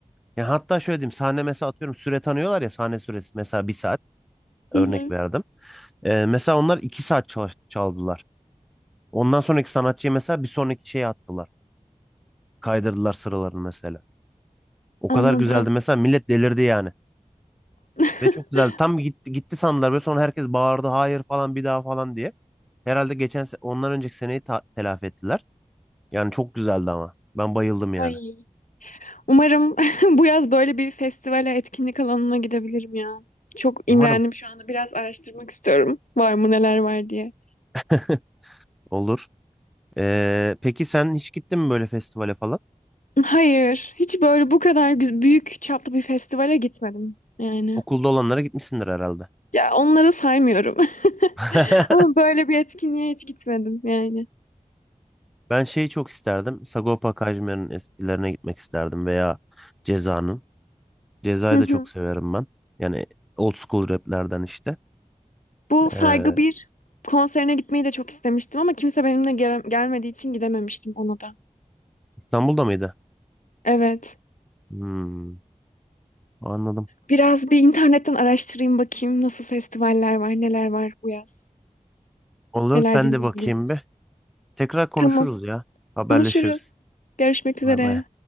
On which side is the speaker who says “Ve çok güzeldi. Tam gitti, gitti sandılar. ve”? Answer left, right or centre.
Centre